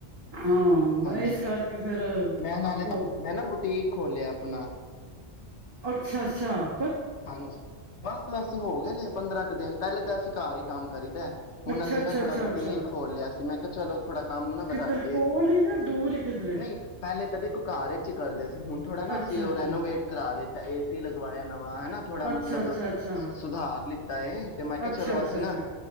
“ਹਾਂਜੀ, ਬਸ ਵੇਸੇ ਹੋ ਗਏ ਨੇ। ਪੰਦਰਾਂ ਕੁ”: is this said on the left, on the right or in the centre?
Left